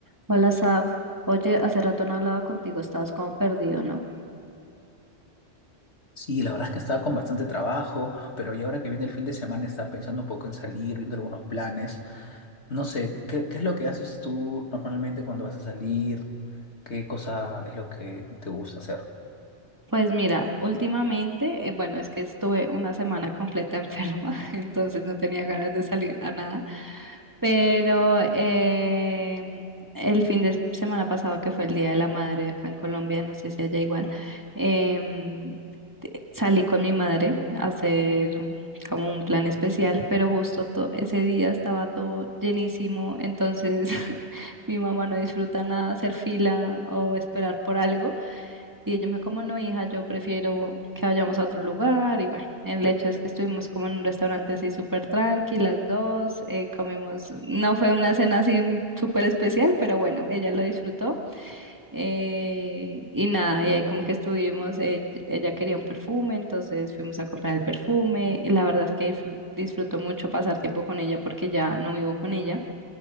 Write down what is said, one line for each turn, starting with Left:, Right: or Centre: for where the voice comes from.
Right: Hola, Saf. Oye, hace rato no hablaba contigo, estabas como perdido, ¿no?
Left: Sí, la verdad es que estaba con bastante trabajo, pero ya ahora que viene el fin de semana estaba pensando un poco en salir, viendo algunos planes. No sé, ¿qué, qué es lo que haces tú normalmente cuando vas a salir? ¿Qué cosa es lo que te gusta hacer?
Right: Pues mira, últimamente, eh, bueno, es que estuve una semana completa enferma, <laughs> entonces no tenía ganas de salir a nada. Pero eh, el fin de semana pasado, que fue el Día de la Madre acá en Colombia, no sé si allá igual, em, te- salí con mi madre a hacer como un plan especial, pero justo to- ese día estaba todo llenísimo, entonces <laughs> mi mamá no disfruta nada hacer fila o esperar por algo. Y ella me dijo, como no, hija, yo prefiero que vayamos a otro lugar. Y bueno, el hecho es que estuvimos como en un restaurante así súper tranqui, las dos, eh, comimos, no fue una cena así súper especial, pero bueno, ella lo disfrutó. eh, y nada, y ahí como que estuvimos, eh, ella quería un perfume, entonces fuimos a comprar el perfume. y La verdad es que disfru- disfruto mucho pasar tiempo con ella porque ya no vivo con ella.